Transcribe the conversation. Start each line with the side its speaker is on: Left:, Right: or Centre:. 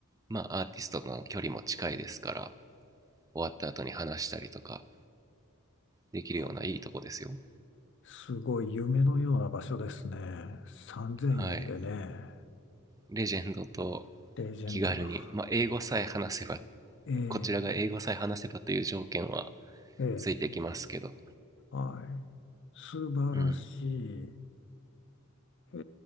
Right: まあ、アーティストとの距離も近いですから終わった後に話したりとかできるようないいとこですよ
Left: はあ、すごい夢のような場所ですね。3000円でね、
Right: はいレジェンドと
Left: レジェンドが。
Right: 気軽に、まあ、英語さえ話せば
Left: ええ
Right: こちらが英語さえ話せばという条件は
Left: ええ
Right: ついてきますけど、
Left: はい。素晴らしい。
Right: うん、
Left: え